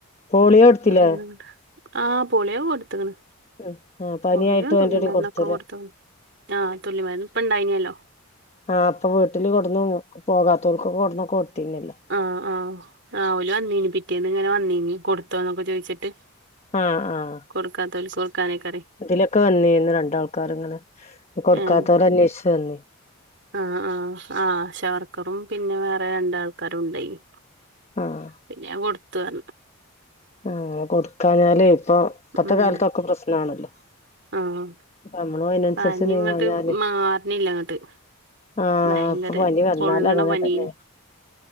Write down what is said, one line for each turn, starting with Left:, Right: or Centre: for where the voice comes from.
Left: പോളിയോ എടുത്തില്ലേ
Right: അതുകൊണ്ടാ ആഹ് പോളിയോ കൊടുത്ത്ക്കണ്
Left: ഉം ആ പനിയായിട്ട്
Right: പോളിയോ
Left: അതിന്റെടി
Right: തുള്ളി മരുന്നൊക്കെ
Left: കൊടുത്തല്ലേ
Right: കൊടുത്തു ആഹ് തുള്ളിമരുന്ന് ഇപ്പണ്ടായിന്നല്ലോ
Left: ആഹ് അപ്പൊ വീട്ടില് കൊട്ന്ന് പോകാത്തവർക്കൊക്കെകൊടുന്ന് കൊടുത്തീന്നല്ലോ
Right: ആഹ് ആഹ് ആഹ് ഓല് വന്നീനു പിറ്റേന്ന് ഇങ്ങനെ വന്നീനി കൊടുത്തോന്നൊക്കെ ചോദിച്ചിട്ട്
Left: ആഹ് ആഹ്
Right: കൊട്ക്കാത്തോൽക്ക് കൊട്ക്കാനെക്കെ
Left: ഇതിലൊക്കെ വന്നിര്ന്ന് രണ്ടാൾക്കാരങ്ങനെ കൊടുക്കാത്തോലന്വേഷിച്ചു
Right: ഏഹ്
Left: വന്ന്
Right: ആഹ് ആഹ് ആഹ് ആശവർക്കറും പിന്നെ വേറെ രണ്ടാൾക്കാരും ണ്ടായിന്
Left: ആഹ്
Right: പിന്നെ ഞാൻ കൊടുത്തതാ
Left: ആഹ് കൊടുക്കാഞ്ഞാല് ഇപ്പൊ ഇപ്പത്തെ
Right: ഉം
Left: കാലത്തൊക്കെ പ്രശ്നാണല്ലോ
Right: ആഹ്
Left: അപ്പൊ നമ്മളും അതിനനുസരിച്ച്
Right: പനി
Left: നീങ്ങാഞ്ഞാലേ
Right: ഇങ്ങട്ട് മാർണില്ല ഇങ്ങട്ട്
Left: ആഹ്
Right: ഭയങ്കര
Left: ഇപ്പൊ പനി വന്നാല്
Right: പൊള്ളണ
Left: അങ്ങനെ
Right: പനിയ
Left: തന്നെ